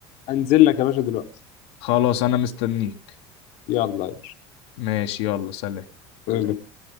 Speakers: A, on the left; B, on the left.
A: أنزل لك يا باشا دلوقتي
B: خلاص انا مستنيك
A: يلا يا
B: ماشي يلا سلام
A: باشا